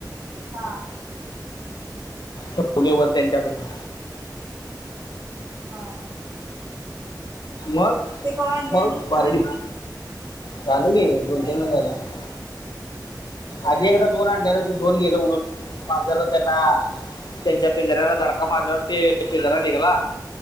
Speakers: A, on the right (about 60°); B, on the left (about 75°).
A: हा
B: ठवले व त्यांच्यापती
A: हा
B: मग
A: ते कवा आणलय
B: मग
A: आणि
B: बारडी
A: अ
B: झालं की दोन
A: नाही.
B: तीन महिने झालं
A: होय
B: आधी एकदा दोन आणलेल्या ते दोन गेल उडून मांजरला त्यांना त्यांच्या पिंजाऱ्याला धडका मारल्यावर ते पिंजरा निघला.